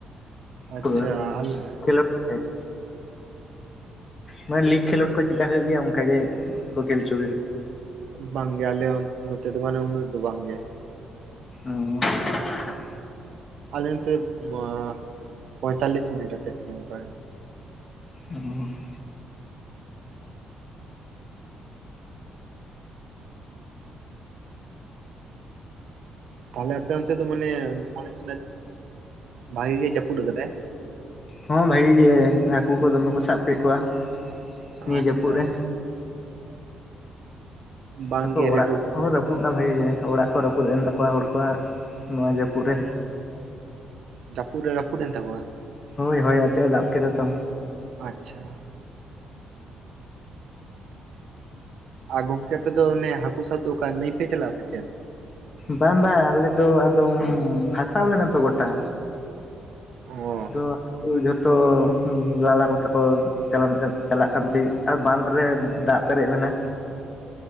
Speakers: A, on the right; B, on the left.
A: ᱟᱪᱪᱷᱟ
B: ᱯᱩᱨᱟᱹ
A: ᱟᱞᱮ
B: ᱠᱷᱮᱞᱳᱰ ᱥᱮᱡ
A: <inaudible>
B: ᱢᱟᱱᱮ ᱞᱤᱜᱽ ᱠᱷᱮᱞᱳᱰ ᱠᱚ ᱪᱤᱠᱟᱹ ᱦᱳᱭᱳᱜ ᱜᱮᱭᱟ ᱚᱱᱠᱟ ᱜᱮ ᱠᱚ ᱠᱷᱮᱞ ᱦᱚᱪᱚ
A: ᱵᱟᱝᱜᱮ ᱟᱞᱮ ᱚᱱ ᱱᱚᱛᱮ ᱫᱚ ᱵᱟᱱᱮ ᱩᱱᱟᱹᱜ ᱫᱚ ᱵᱟᱝᱜᱮ
B: ᱚ <unintelligible>
A: ᱟᱞᱮ ᱱᱚᱛᱮ ᱢᱟ ᱯᱚᱭᱛᱟᱞᱞᱤᱥ ᱢᱤᱱᱤᱴ ᱟᱛᱮᱫ ᱜᱮ ᱚᱱᱠᱟ
B: ᱚ <unintelligible>
A: ᱛᱟᱦᱚᱞᱮ ᱟᱯᱮ ᱚᱱᱛᱮ ᱫᱚ ᱢᱟᱱᱮ ᱢᱚᱱᱮ ᱠᱟᱱᱟᱹᱧ ᱵᱷᱟᱜᱤ ᱜᱮ ᱡᱟᱹᱯᱩᱫ ᱟᱠᱟᱫᱟᱭ
B: ᱦᱚᱸ ᱵᱷᱟᱜᱤ ᱜᱮ ᱦᱟᱹᱠᱩ ᱠᱚ ᱫᱚᱢᱮ ᱠᱚ ᱥᱟᱵ ᱠᱮᱫ ᱠᱚᱣᱟ ᱱᱤᱭᱟᱹ
A: ᱟᱪᱪᱷᱟ
B: ᱡᱟᱹᱯᱩᱫ ᱨᱮ
A: ᱵᱟᱝᱜᱮ
B: ᱛᱟᱯᱚᱨ ᱚᱲᱟᱜ
A: ᱨᱮᱰᱚ
B: ᱠᱚ
A: ᱠᱚᱨᱟ
B: ᱦᱚᱸ ᱨᱟᱹᱯᱩᱫ ᱮᱱᱟ ᱵᱷᱟᱜᱤ ᱜᱮ ᱚᱲᱟᱜ ᱠᱚ ᱨᱟᱹᱯᱩᱫ ᱮᱱ ᱛᱟᱠᱚᱣᱟ ᱦᱚᱲ ᱠᱚᱣᱟᱜ ᱱᱚᱣᱟ ᱡᱟᱹᱯᱩᱫ ᱨᱮ
A: ᱡᱟᱹᱯᱩᱫ ᱨᱮ ᱨᱟᱹᱯᱩᱫ ᱮᱱ ᱛᱟᱠᱚᱣᱟ
B: ᱦᱳᱭ ᱦᱚᱭ ᱟᱛᱮᱫ-ᱮ ᱫᱟᱜ ᱠᱮᱫᱟ ᱛᱚ
A: ᱟᱪᱪᱷᱟ ᱟᱨ ᱜᱚᱝᱠᱮ ᱟᱯᱮ ᱫᱚ ᱚᱱᱮ ᱦᱟᱹᱠᱩ ᱥᱟᱵ ᱫᱚ ᱚᱠᱟ ᱱᱟᱹᱭ ᱯᱮ ᱪᱟᱞᱟᱜ-ᱟ ᱥᱮ ᱪᱮᱫ
B: ᱵᱟᱝ ᱵᱟᱝ ᱟᱞᱮ ᱫᱚ ᱟᱫᱚᱢ ᱵᱷᱟᱥᱟᱣ ᱞᱮᱱᱟ ᱛᱚ ᱜᱚᱴᱟ
A: ᱚ
B: ᱟᱫᱚ <unintelligible> ᱡᱷᱚᱛᱚ ᱞᱟᱞᱟ ᱠᱚᱛᱮ ᱠᱚ ᱪᱟᱞᱟᱱ ᱪᱟᱞᱟᱜ ᱠᱟᱱ ᱛᱟᱦᱮᱸᱡ ᱟᱨ ᱵᱟᱱᱫᱽ ᱨᱮ ᱫᱟᱜ ᱯᱮᱨᱮᱡ ᱞᱮᱱᱟ